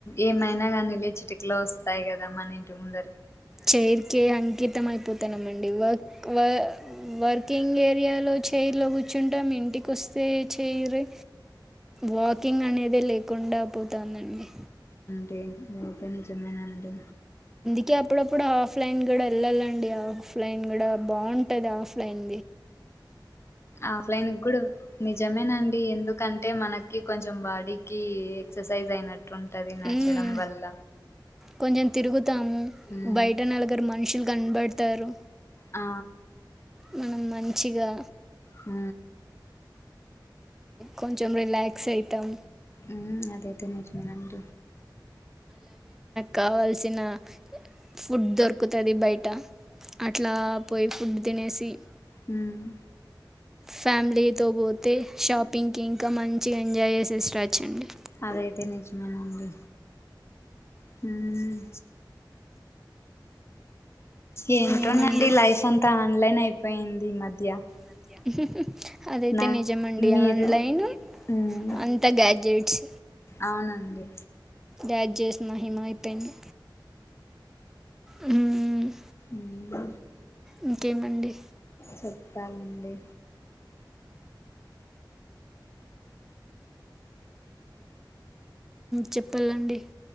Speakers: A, on the left; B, in the centre.
A: ఏమైనాగానీళ్ లే చిటికలో వస్తాయి కదామ్ మనింటి ముంద
B: చేరికే అంకితం అయిపోతానమండి ఇవా వ వర్కింగ్ ఏరియాలో చైర్లో కూర్చుంటం ఇంటికి వస్తే చేయిరు వాకింగ్ అనేది లే కుండాపు వతోందండి
A: అంటే ఇదైతె నిజమేనండి
B: ఇక అప్పుడప్పుడు ఆఫ్లైన్ కూడా వెళ్ళాలండి ఆఫ్లైన్ కూడా బాగుంటది ఆఫ్లైన్
A: ఆఫ్లైన్ కూడా నిజమేనండి ఎందుకంటే మనకు కొంచెం బాడీకి ఎక్సర్సైజ్ అయినట్ ట్ ఉంటది నచ్చడం
B: మ్మ్.
A: వల్ల
B: కొంచెం తిరుగుత్ తాము
A: ఉమ్
B: బయట నలగరి మనుషులు కనబడతారు
A: ఆ
B: మనం మంచిగా
A: హ
B: కొంచెం రిలాక్స్ అవుతాం
A: ఉ అదేతే నిజమనంట
B: కావల్సి తినా ఫుడ్ దొరక తది బయట అట్లా పోయ్ ఫుడ్ తినేసి తి
A: హుమ్
B: ఫ్యామిలీతో బో తే షాపింగ్ కి ఇంకా మంచిగా ఎంజాయ్ చేస్ చేస్రచ్చండి
A: అదైతే నిజమే అండి హుమ్ ఏంటోనండి
B: ఏమండి
A: లైఫ్ అంతా ఆన్లైన్ అయిపోయింది ఈ మధ్య
B: మధ్య అదైతే
A: నా
B: నిజమండి
A: మీరు
B: ఆన్లైన్
A: ఉమ్
B: అంత గ్యాడ్జెట్స్
A: అవునండి
B: గ్యాడ్జెట్స్ మహిమ అయిపోయింది హుమ్
A: ఉా
B: ఇంకేమండి
A: చెప్పాలండి
B: చెప్పాలండి